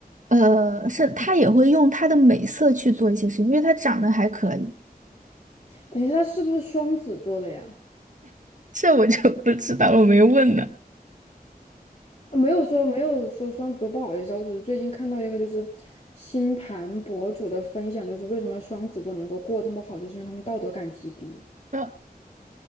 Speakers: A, on the right; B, on the left.
A: 呃，是他也会用他的美色去做一些事情，因为他长得还可以，
B: 等一下，他是不是双子座的呀？
A: 这我就不知道了，我没问呢。
B: 啊没有说没有说双子座，不好意思啊，我只是最近看到一个就是星盘博主的分享，就是为什么双子座能够过这么好，就是因为他们道德感极低。
A: 那